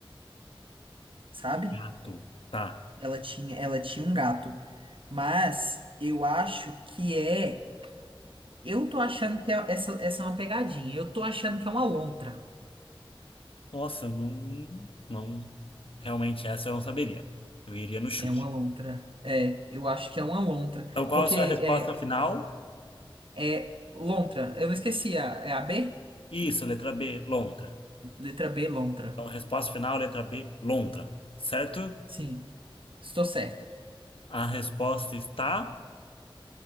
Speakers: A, on the right; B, on the left.
A: sabe?
B: Um gato. Tá.
A: Ela tinha, ela tinha um gato. Mas eu acho que é. Eu tô achando que é- essa, essa é uma pegadinha. Eu tô achando que é uma lontra.
B: Nossa, eu não, não. Realmente, essa eu não saberia. Eu iria no chute.
A: É uma lontra. É, eu acho que é uma lontra.
B: Então, qual
A: Porque
B: é a sua
A: é,
B: resposta final?
A: É Lontra. Eu não esqueci. a- É a B?
B: Isso, letra B, lontra.
A: Letra B, Lontra.
B: Então, resposta final, letra B, lontra. Certo?
A: Sim, estou certo.
B: A resposta está.